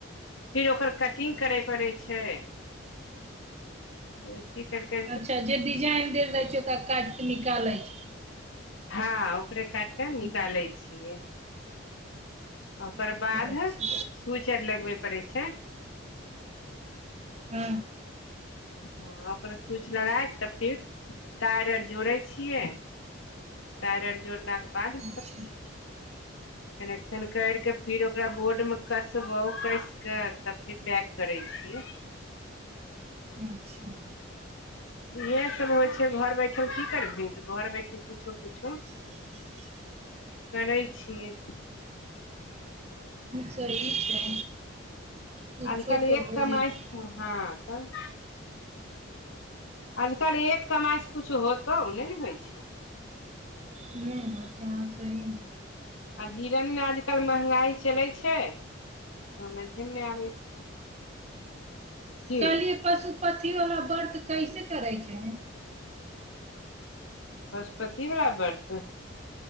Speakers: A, on the left; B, on the right.
A: फिर ओकर कटिंग करै पड़ै छै वैसी करके
B: अच्छा जे डिजाइन देल रहे छै ओकरा काट के निकालै छै
A: हा ओकरे काटिकऽ
B: छै
A: निकालै
B: हँ
A: छियै ओकर बाध
B: अच्छा
A: स्विच आर लगबै पड़े छै
B: हँ
A: हँ ओकर स्विच लगाय क फिर टायर आर जोड़ै छियै टायर आर जोड़लाक बाद
B: अच्छा
A: कनेक्शन करिके फिर ओकरा बोर्डमे कसबौ कैस कऽ तब फिर पैक करै छियै
B: अच्छा
A: इएह सब होइ छै घर बैठल की करबही तऽ घर बैठल किुछो कुछो
B: ध <inaudible>
A: करै छियै
B: चलि छै कुछो
A: आजकल एक
B: तऽ हो
A: कमाइ
B: जेतै
A: स हँ तब आजकल एक कमायसँ कुछो होतौ नहि ने होइ छै
B: नहि बचैह हाॅं सही मे
A: आ जीरण मे आजकल महंगाई चलै छै समैझे मे ने आबै छै की
B: कहलिए पशु पथी वाला व्रत कैसे करै छै
A: पशुपति वाला वर्त